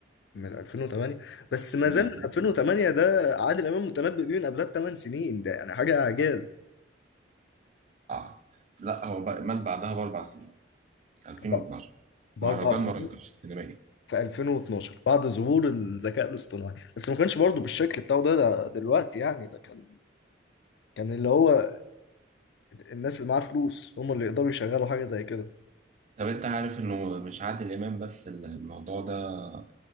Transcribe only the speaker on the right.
من
2000
اه لا هو بقى- مات بعدها باربع سنين 2012
مهرجان
مراكش السينمائي
طب انت عارف انه مش عادل امام بس الموضوع ده آه،